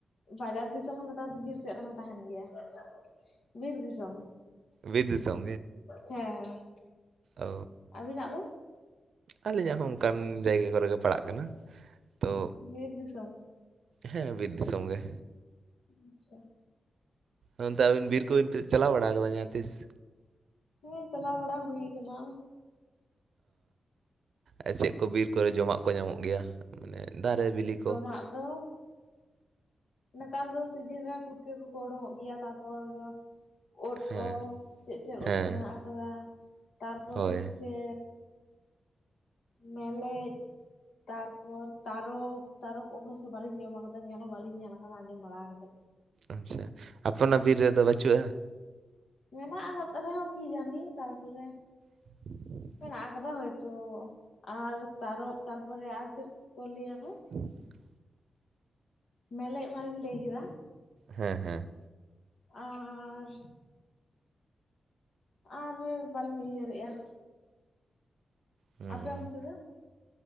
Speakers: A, on the left; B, on the right.
A: ᱵᱟᱡᱟᱨ ᱫᱤᱥᱚᱢ ᱦᱚᱸ, ᱱᱮᱛᱟᱨ ᱫᱚ ᱵᱤᱨ ᱥᱮᱫ ᱨᱮᱦᱚᱸ ᱛᱟᱦᱮᱱ ᱜᱮᱭᱟ। ᱵᱤᱨ ᱫᱤᱥᱚᱢ,
B: ᱵᱤᱨ ᱫᱤᱥᱚᱢ
A: ᱦᱮᱸ ᱦᱮᱸ᱾
B: ᱚᱻ
A: ᱟᱹᱵᱤᱱᱟᱜ ᱫᱚ
B: ᱟᱞᱮᱧᱟᱜ ᱦᱚᱸ ᱚᱱᱠᱟᱱ ᱡᱟᱭᱜᱟ ᱠᱚᱨᱮ ᱜᱮ ᱯᱟᱲᱟᱜ ᱠᱟᱱᱟ᱾ ᱛᱚ
A: ᱵᱤᱨ ᱫᱤᱥᱚᱢᱚᱢ᱾
B: ᱦᱮᱸ ᱵᱤᱨ ᱫᱤᱥᱚᱢ ᱜᱮ᱾
A: ᱟᱪᱪᱷᱟ
B: ᱱᱚᱱᱛᱮ ᱟᱹᱵᱤᱱ ᱵᱤᱨ ᱠᱚᱵᱤᱱ ᱪᱟᱞᱟᱣ ᱵᱟᱲᱟ ᱠᱟᱫᱟ ᱡᱟᱦᱟᱸ ᱛᱤᱥ?
A: ᱦᱮᱸ ᱪᱟᱞᱟᱣ ᱵᱟᱲᱟ ᱦᱩᱭ ᱠᱟᱱᱟ᱾
B: ᱚᱻ ᱪᱮᱫ ᱠᱚ ᱵᱤᱨ ᱠᱚᱨᱮ ᱡᱚᱢᱟᱜ ᱠᱚ ᱧᱟᱢᱚᱜ ᱜᱮᱭᱟ ᱢᱟᱱᱮ ᱫᱟᱨᱮ ᱵᱤᱞᱤ ᱠᱚ?
A: ᱢᱟᱜ ᱫᱚᱻ ᱱᱮᱛᱟᱨ ᱫᱚ ᱥᱤᱡᱤᱱ ᱨᱮ ᱯᱷᱩᱴᱠᱟᱹ ᱠᱚᱠᱚ ᱩᱰᱩᱠᱚᱜ ᱜᱮᱭᱟ᱾ ᱛᱟᱨᱯᱚᱨ ᱩᱫ
B: ᱦᱮᱸ
A: ᱠᱚ, ᱪᱮᱫ ᱪᱮᱫ
B: ᱦᱮᱸ
A: ᱩᱫ ᱠᱚ ᱢᱮᱱᱟᱜ ᱟᱠᱟᱫᱟ᱾ ᱛᱟᱨᱯᱚᱨ
B: ᱦᱳᱭ
A: ᱦᱚᱪᱪᱷᱮ ᱢᱮᱞᱮᱫ, ᱛᱟᱨᱯᱚᱨ ᱛᱟᱨᱚᱯ, ᱛᱟᱨᱚᱯ ᱚᱵᱚᱥᱥᱚ ᱵᱟᱹᱞᱤᱧ ᱡᱚᱢ ᱟᱠᱟᱫᱟ ᱧᱮᱞ ᱦᱚᱸ ᱵᱟᱞᱤᱧ ᱧᱮᱞᱟᱫᱟ᱾ ᱟᱡ ᱟᱸᱡᱚᱢ ᱵᱟᱲᱟᱣ ᱠᱟᱫᱟ
B: ᱟᱪᱪᱷᱟ ᱟᱯᱮ ᱚᱱᱟ ᱵᱤᱨ ᱨᱮᱫᱚ ᱵᱟᱹᱪᱩᱜᱼᱟ?
A: ᱢᱮᱱᱟᱜ ᱟᱠᱟᱫ ᱨᱮᱦᱚᱸ ᱠᱤ ᱡᱟᱹᱱᱤ, ᱛᱟᱨᱯᱚᱨᱮ
B: <inaudible>
A: ᱢᱮᱱᱟᱜ ᱠᱟᱫᱟ ᱦᱚᱭ ᱛᱚ ᱟᱨ ᱛᱟᱨᱚ ᱛᱟᱨᱯᱚᱨᱮ ᱟᱨ ᱪᱮᱫ ᱠᱚ ᱞᱟᱹᱭᱟᱠᱚ?
B: <inaudible>
A: ᱢᱮᱞᱮ ᱮᱢᱤᱧ ᱞᱟᱹᱭ ᱠᱮᱫᱟ᱾
B: ᱦᱮᱸ ᱦᱮᱸ
A: ᱟᱨᱻ ᱟᱨ ᱵᱟᱹᱞᱤᱧ ᱩᱭᱦᱟᱹᱨᱮᱜᱼᱟ᱾
B: ᱦᱩᱸ
A: ᱟᱯᱮ ᱚᱱᱛᱮ ᱫᱚ᱾